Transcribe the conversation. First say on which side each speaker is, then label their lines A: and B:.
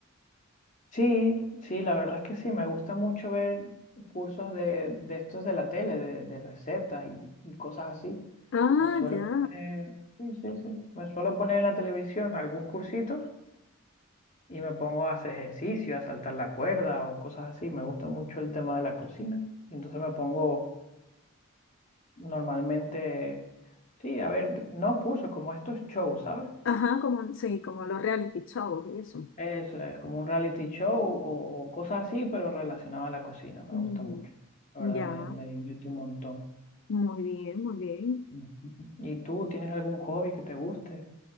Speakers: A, on the left; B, on the left.
A: Sí, sí, la verdad es que sí, me gusta mucho ver cursos de, de estos de la tele, de, de recetas y, y cosas así.
B: Ah,
A: Me suelo
B: ya,
A: poner, sí, sí, sí, me suelo poner en la televisión algún cursito. y me pongo a hacer ejercicio, a saltar la cuerda o cosas así. Me gusta mucho el tema de la cocina. Y entonces me pongo normalmente, sí, a ver, d- no cursos, como estos shows, ¿sabes?
B: Ajá, como, sí, como los reality shows y eso.
A: Eso es como un reality show o, o cosas así, pero relacionado a la cocina. Me
B: Ujú.
A: gusta mucho. La
B: Ya,
A: verdad me, me divierte un montón.
B: muy bien, muy bien.
A: Ujú. ¿Y tú tienes algún hobby que te guste?